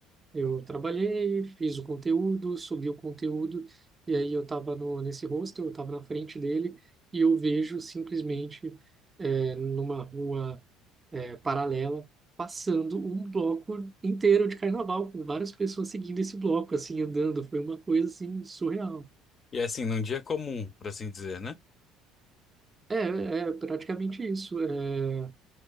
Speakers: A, on the right; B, on the left.
A: Eu trabalhei, fiz o conteúdo, subi o conteúdo, e aí eu tava no, nesse hostel, eu tava na frente dele, e eu vejo simplesmente é, numa rua é, paralela, passando um bloco inteiro de carnaval, com várias pessoas seguindo esse bloco, assim, andando. Foi uma coisa, assim, surreal.
B: E é assim, num dia comum, por assim dizer, né?
A: É, é é praticamente isso. É,